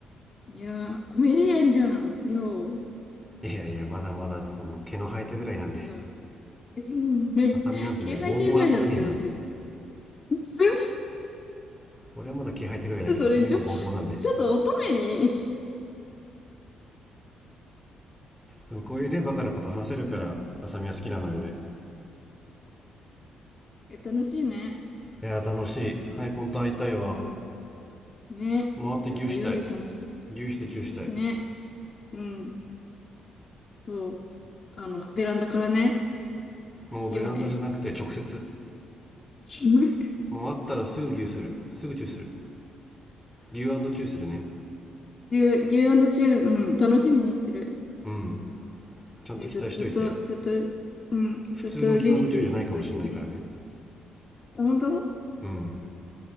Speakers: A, on the left; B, in the centre.
A: いや、コメディアンじゃん、りょう。
B: いやいや、まだまだ、もう毛の生えたぐらいなんで。
A: いや、<laughs> うん
B: あさなんてね、
A: 気配艇ぐらいだったら十分。
B: ボーボーなコメディアンなんで。
A: 全
B: 俺はまだ毛生えたぐらいだけど、
A: 然、それ、
B: あさみのボーボーなんで。
A: ちょ、ちょっと乙女に
B: でもこういうね、バカなこと話せるから、あさは好きなのよ、俺。い
A: え <laughs> 楽しいね。
B: やー、楽しい。はい、本当会いたいわ。
A: うん。ね。
B: もう会って牛したい。
A: じゃあ土曜日楽し
B: 牛してチューしたい。
A: み。ね。うん。そう。あの、ベランダからね、
B: もうベランダじゃなくて直接。
A: しようね。<laughs>
B: もう会ったらすぐ牛する。すぐチューする。牛チューするね。
A: 牛、牛チュー、うん、楽しみにしてる。
B: うん。ちゃんと期待しといて。
A: ね、ず、ずっと、ずっと、うん、
B: 普通の牛チューじゃないかもしんないからね。
A: ずっと牛して、しておいてね。あ本当
B: うん。